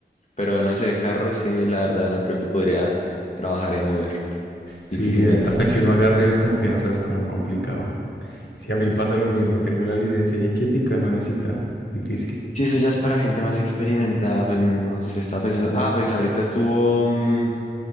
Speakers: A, on the left (about 40°); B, on the left (about 85°).
A: pero no sé, carro sí, la verdad, no creo que podría trabajar en Uber,
B: Sí,
A: difícilmente.
B: eh, hasta que uno agarre confianza es como complicado. Sí, a mí me pasa lo mismo, tengo la licencia ahí quietica, nuevecita, difícil.
A: Sí, eso ya es para gente más experimentada, pues no sé, estaba pensando... Ah, pues ahorita estuvo... mm,